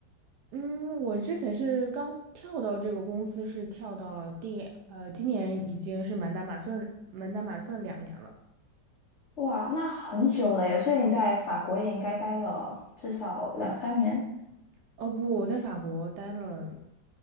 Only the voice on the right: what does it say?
嗯，我之前是刚跳到这个公司，是跳到第呃，今年已经是满打满算满打满算两年了。
哦不，我在法国待了